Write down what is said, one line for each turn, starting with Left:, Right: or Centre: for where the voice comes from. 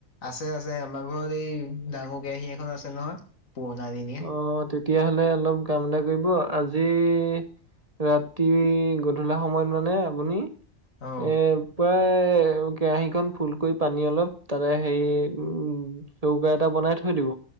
Left: আছে আছে আমাৰ ঘৰত এই ডাঙৰ কেৰাহী এখন আছে নহয় পুৰণা দিনি-
Right: অঁ তেতিয়াহলে অলপ কাম এটা কৰিব আজি- ৰাতি গধূলা সময়ত মানে আপুনি
Left: অ
Right: এ- পুৱাই কেৰাহি খন ফুল কৰি পানী অলপ তাতে হেৰি উম- চৌকা এটা বনাই থৈ দিব।